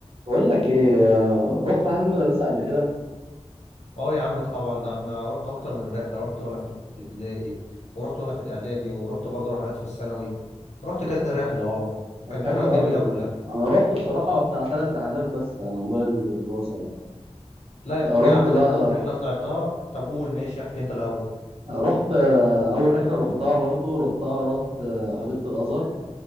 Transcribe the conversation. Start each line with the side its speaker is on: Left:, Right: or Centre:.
Right: بقول لك ايه آه، رحت رحلات مدرسة قبل كده
Left: اه يا عم طبعا ده احنا رحت اكتر من رحله رحت وانا في الابتدائي ورحت وانا في الاعدادي ورحت برضه رحلات في الثانوي رحت كذا رحله اه وكانت
Right: طب حلو
Left: رحلات جميله
Right: قوي
Left: كلها
Right: انا رحت بصراحة بتاع ثلاث رحلات بس على مدار الدراسة يعني
Left: لا
Right: آه، رحت
Left: يا عم
Right: بقى
Left: ده انا اول رحله طلعتها طب قول ماشي احكي انت الاول
Right: آه، رحت آه، اول رحلة رحتها برضو رحتها رحت آه، حديقة الازهر